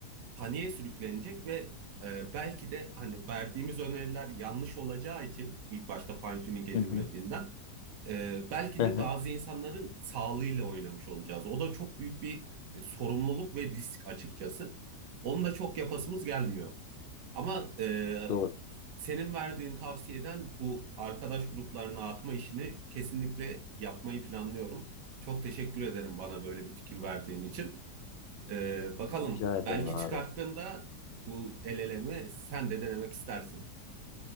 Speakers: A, on the right; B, on the left.
A: paniğe sürüklenecek ve e, belki de hani verdiğimiz öneriler yanlış olacağı için ilk başta fine tuning edilmediğinden
B: Hı hı.
A: e, belki
B: Hı
A: de
B: hı.
A: bazı insanların sağlığıyla oynamış olacağız. O da çok büyük bir e, sorumluluk ve risk açıkçası. Onu da çok yapasımız gelmiyor. Ama e,
B: Doğru.
A: senin verdiğin tavsiyeden bu arkadaş gruplarına atma işini kesinlikle yapmayı planlıyorum. Çok teşekkür ederim bana böyle bir fikir verdiğin için. E, bakalım
B: Rica ederim
A: belki
B: abi.
A: çıkarttığımda bu el elemi sen de denemek istersin.